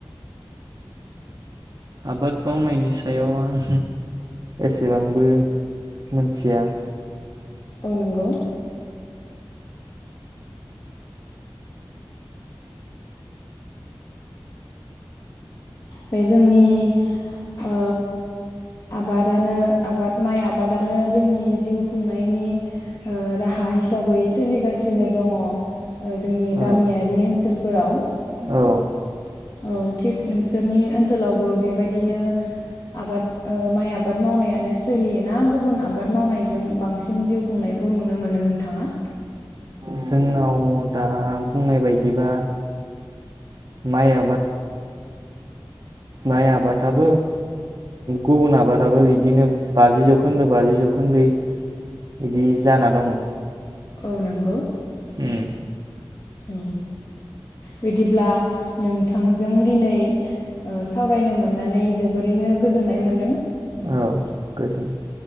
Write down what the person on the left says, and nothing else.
औ नंगौ। बे जोंनि ओ आबादानो आबाद माइ आबादानो जोंनि जिउ खुंनायनि राहा हिसाबै सोलिगासिनो दङ। जोंनि गामियारि
ओनसोल फोराव
औ थिग नोंसोरनि ओनसोलावबो बेबायदिनो आबाद माइ आबाद मावनायानो सोलियोना गुबुन आबाद मावनायजों बांसिन जिउ खुंनायखौ नुनो मोनो नोंथाङा।
औ नंगौ।
औ बिदिब्ला नोंथांजों दिनै सावरायनो मोननानै जोबोरैनो गोजोननाय मोन्दों।